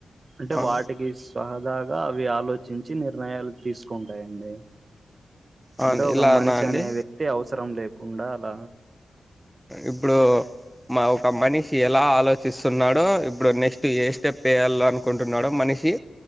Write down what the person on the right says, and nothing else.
అంటే
వాటికి సహదా ఆలోచించి నిర్ణయాలు తీసుకుంటాయండి
ంటో ఒక
మనిషి
అనే వ్యక్తి అవసరం లేదు కుండాల